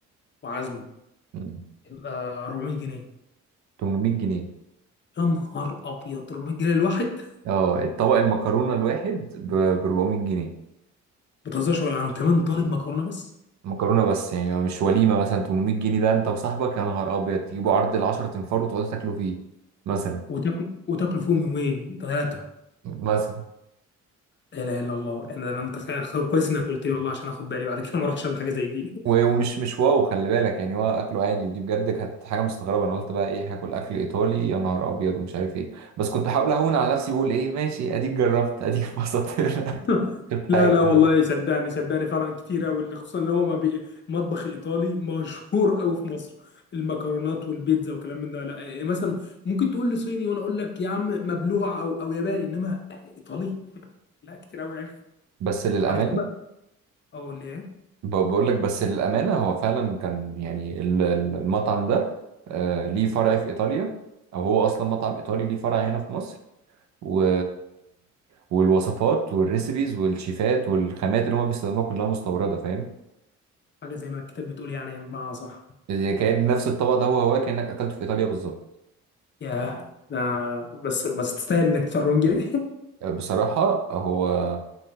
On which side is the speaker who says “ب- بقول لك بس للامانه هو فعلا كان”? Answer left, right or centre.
Right